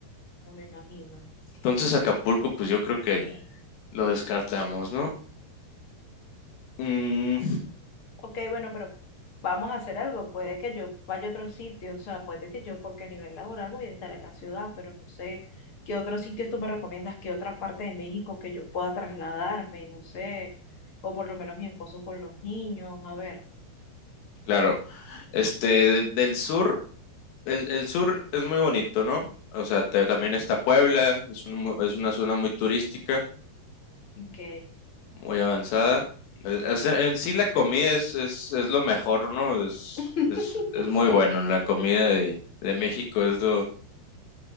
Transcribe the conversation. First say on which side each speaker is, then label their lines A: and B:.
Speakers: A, on the left (about 45°); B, on the left (about 75°).
A: no me imagino.
B: Entonces Acapulco, pues yo creo que lo descartamos, ¿no? Mm,
A: Ok, bueno, pero vamos a hacer algo. Puede que yo vaya a otro sitio, o sea, puede que yo, porque a nivel laboral voy a estar en la ciudad, pero no sé qué otros sitios tú me recomiendas, qué otra parte de México que yo pueda trasladarme, no sé, o por lo menos mi esposo con los niños, a ver,
B: claro, este, de- del sur, el, el sur es muy bonito, ¿no? O sea, te- también está Puebla, es un mu- es una zona muy turística.
A: ok.
B: Muy avanzada. Eh, es- en sí la comida es, es, es lo mejor, ¿no? Es,
A: <laughs>
B: es, es muy bueno. La comida de, de México es lo,